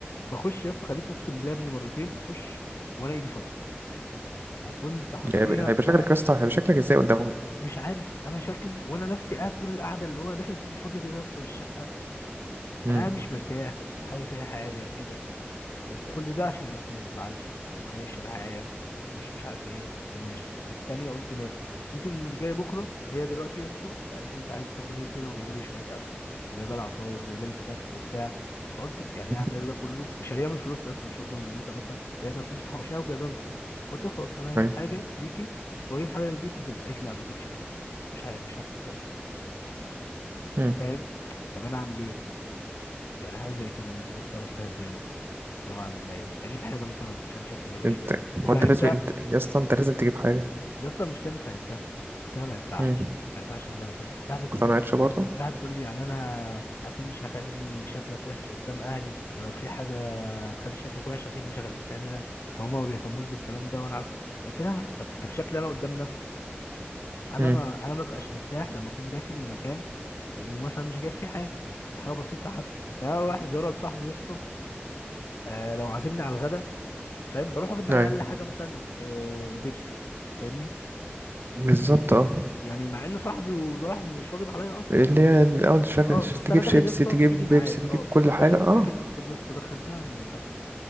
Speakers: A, on the left; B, on the right.
A: بخش يا اسطى خليتني اقسم بالله يا ابني مرتين اخش وانا ايدي فاضيه وكنت حرفيا
B: يعني هيبقى شكلك
A: انا
B: يا اسطى هيبقى شكلك إزاي قدامهم؟
A: مش عارف انا شكلي وانا نفسي قاعد طول القعده اللي هو داخل بايدي فاضيه كده يا اسطى في الشقه
B: مم.
A: انا قاعد مش مرتاح يا اسطى حابب فيها حاجه كده وكل ده عشان يا اسطى ما تزعلش ما تخانقش معايا ما تقوليش مش عارف ايه قلت ماشي والتانية قلت ماشي جيت اللي جاي بكره هي دلوقتي يا اسطى قالت لي انت عايز تاكل ايه وكده وجايبه لي شويه اكل وجايبه لي عصاير وجايبه لي سناكس وبتاع فقلت يعني
B: مم.
A: هي عامله لي ده كله وشاريه من فلوسها اصلا مش واخده من موتها مثلا هي كانت فلوس محوشاها وجايبها من فلوسها فقلت لها خلاص انا هجيب
B: أيوة.
A: حاجه ليكي واجيب حاجه للبيت وكده قالت لي لا ما اجيبش حاجه مش ه- مش هاخد حاجه
B: مم.
A: فاهم طب انا اعمل ايه يعني حاجه زي كده المفروض اتصرف فيها ازاي يا اسطى اللي هو اعمل لها ايه اجيب حاجه مثلا عشان شكلي ما يبقاش
B: أنت
A: وحش وفهمتها
B: هو أنت لازم أنت يا اسطى أنت لازم تجيب حاجة
A: يا اسطى المشكله اني فهمتها قلت لها ما ينفعش
B: مم.
A: ما ينفعش ان انا اخش راح بتقول
B: اقتنعتش
A: لي
B: برضه
A: راح بتقول لي يعني انا اكيد مش هخلي شكلك وحش قدام اهلي ولو في حاجه هتخلي شكلك وحش اكيد مش هخليك تعملها فهما ما بيهتموش بالكلام ده وانا عارف قلت لها طب طب شكلي انا قدام نفسي انا
B: مم.
A: ما انا ما ببقاش مرتاح لما اكون داخل لمكان ومثلا مش جايب فيه حاجه حاجه بسيطه حتى يعني انا رايح زياره لصاحبي يا اسطى آه لو عازمني على الغدا فاهم بروح واخد معايا
B: ايوه
A: اقل حاجه مثلا آه، البيبسي فاهمني
B: بالظبط اه
A: يعني مع ان صاحبي وده راح مش واجب عليا اصلا
B: اللي هي الاول شايف
A: اه بس
B: تجيب
A: انا داخل
B: شيبسي
A: يا اسطى
B: تجيب
A: في ايدي معايا
B: بيبسي تجيب
A: اه
B: كل حاجه
A: داخل
B: اه
A: داخل خد يا اسطى دخل ده من ناكله